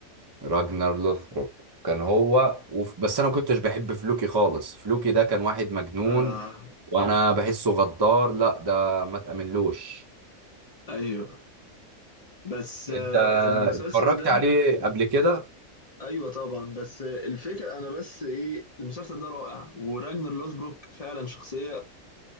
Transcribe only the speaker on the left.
آه
ايوه بس
آه المسلسل
ده
ايوه طبعا بس آه الفكره انا بس ايه المسلسل ده رائع وراجنر لوزبروك فعلا شخصيه